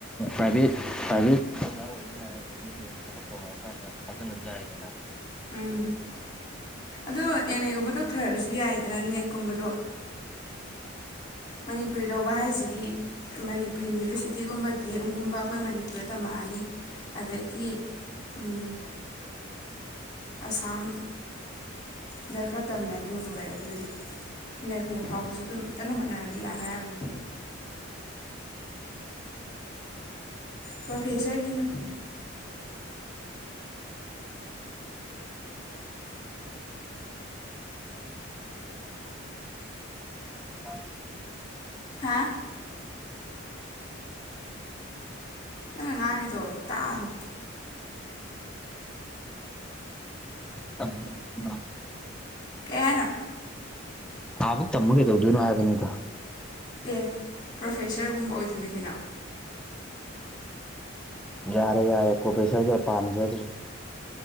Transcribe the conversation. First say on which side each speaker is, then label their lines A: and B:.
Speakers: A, in the centre; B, on the left.
A: ꯄ꯭ꯔꯥꯏꯚꯦꯠ ꯄ꯭ꯔꯥꯏꯚꯦꯠ ꯑꯣꯖꯥ ꯑꯣꯏꯕ ꯌꯥꯔꯦ ꯑꯗꯒꯤ ꯊꯕꯛ ꯀꯧꯔꯛ ꯀꯥꯟꯗ ꯊꯥꯖꯜꯂꯁꯨ ꯌꯥꯔꯦꯗꯅ
B: ꯎꯝ ꯑꯗꯣ ꯑꯦꯝ ꯑꯦꯒꯨꯝꯕ ꯇꯧꯊꯔꯁꯨ ꯌꯥꯏꯗꯅ ꯅꯦꯠꯀꯨꯝꯕꯗꯣ ꯃꯅꯤꯄꯨꯔꯤ ꯂꯧꯕ ꯍꯥꯏꯁꯤꯗꯤ ꯃꯅꯤꯄꯨ ꯌꯨꯅꯤꯚꯔꯁꯤꯇꯤꯒꯨꯝꯕ ꯗꯤ ꯑꯦꯝ ꯒꯨꯝꯕ ꯑꯩꯈꯣꯏ ꯃꯅꯤꯄꯨꯔꯗ ꯇꯝꯃꯛꯑꯅꯤ ꯑꯗꯒꯤ ꯎꯝ ꯑꯁꯥꯝ ꯗ ꯈꯔ ꯇꯝꯃꯦ ꯑꯗꯨ ꯂꯣꯏꯔꯦ ꯑꯗꯨꯗꯤ ꯅꯦꯠ ꯀꯨꯝꯕ ꯐꯥꯎꯕꯁꯨ ꯑꯗꯨꯝ ꯀꯟꯅ ꯍꯣꯠꯅꯔꯗꯤ ꯌꯥꯝ ꯂꯥꯏꯔꯕꯅꯦ ꯄꯔꯣꯐꯦꯁꯔ ꯒꯤꯅꯤ
A: ꯑ
B: ꯍꯥ ꯅꯪꯅ ꯉꯥꯡꯉꯤꯗꯣ ꯇꯥꯗꯦ
A: <unintelligible>
B: ꯀꯦ ꯍꯥꯏꯅꯣ
A: ꯑꯥꯃꯨꯛ ꯇꯝꯕ ꯀꯩꯗꯧꯗꯣꯏꯅꯣ ꯍꯥꯏꯕꯅꯤꯗ
B: ꯑꯦ ꯄ꯭ꯔꯣꯐꯦꯁꯔꯒꯨꯝꯕ ꯑꯣꯏꯗꯣꯏꯅꯤ ꯀꯩꯅꯣ
A: ꯌꯥꯔꯦ ꯌꯥꯔꯦ ꯄꯔꯣꯐꯦꯁꯔꯒ ꯄꯥꯝꯖꯗ꯭ꯔꯦ